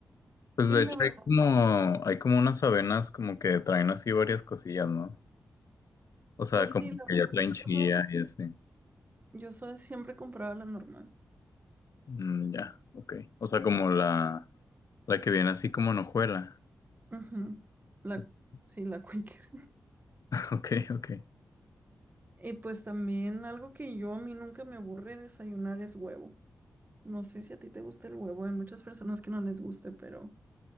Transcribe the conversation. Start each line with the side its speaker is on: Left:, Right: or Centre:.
Left: Pues
Right: Y
Left: de
Right: la
Left: hecho
Right: verdad,
Left: hay como, hay como unas avenas como que traen así varias cosillas, ¿no? O sea,
Right: pues
Left: como
Right: sí, la verdad,
Left: que ya traen
Right: yo solo,
Left: chía y así.
Right: yo solo siempre compraba la normal.
Left: Mm, ya, ok. O sea, como la, la que viene así como en hojuela.
Right: Ujú, La,
Left: <laughs>
Right: sí, la <laughs> Quaker.
Left: Ok, ok.
Right: Y pues también algo que yo a mí nunca me aburre desayunar es huevo. No sé si a ti te gusta el huevo, hay muchas personas que no les guste, pero